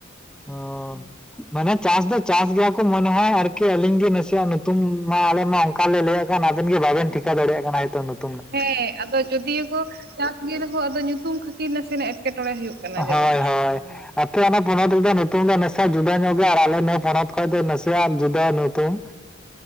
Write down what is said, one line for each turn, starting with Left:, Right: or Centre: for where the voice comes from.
Centre: ᱚ ᱢᱟᱱᱮ ᱪᱟᱥ ᱫᱚ ᱪᱟᱥ ᱜᱮᱭᱟ ᱠᱚ ᱢᱚᱱᱮ ᱦᱚᱸᱭ ᱟᱨᱠᱤ ᱟᱹᱞᱤᱧ ᱜᱮ ᱱᱟᱥᱮᱭᱟᱜ ᱱᱩᱛᱩᱢ ᱢᱟ ᱟᱞᱮ ᱢᱟ ᱚᱱᱠᱟ ᱞᱮ ᱞᱟᱹᱭᱟᱜ ᱠᱟᱱ ᱟᱵᱮᱱ ᱜᱮ ᱵᱟᱵᱮᱱ ᱴᱷᱤᱠᱟᱹ ᱫᱟᱲᱮᱭᱟᱜ ᱠᱟᱱᱟ ᱦᱚᱭᱛᱳ ᱱᱩᱛ
Right: ᱦᱮᱸ ᱟᱫᱚ ᱡᱳᱚᱫᱤᱭᱳ ᱠᱚ ᱪᱟᱥ ᱜᱮ ᱨᱮᱦᱚᱸ ᱟᱫᱚ ᱧᱩᱛᱩᱢ ᱠᱷᱟᱹᱛᱤᱨ ᱱᱟᱥᱮᱱᱟᱜ ᱮᱴᱠᱮᱴᱚᱬᱮ ᱦᱩᱭᱩᱜ ᱠᱟᱱᱟ ᱡᱟᱹᱱᱤᱡ
Centre: ᱦᱳᱭ ᱦᱳᱭ ᱟᱯᱮ ᱚᱱᱟ ᱯᱚᱱᱚᱛ ᱨᱮᱫᱚ ᱱᱩᱛᱩ ᱫᱚ ᱱᱟᱥᱮᱟᱜ ᱡᱩᱫᱟᱹ ᱧᱚᱜ ᱜᱮᱭᱟ ᱟᱨ ᱟᱞᱮ ᱱᱚᱣᱟ ᱯᱚᱱᱚᱛ ᱠᱚᱨᱮ ᱫᱚ ᱱᱟᱥᱮᱭᱟᱜ ᱡᱩᱫᱟᱹ ᱱᱩᱛᱩᱢ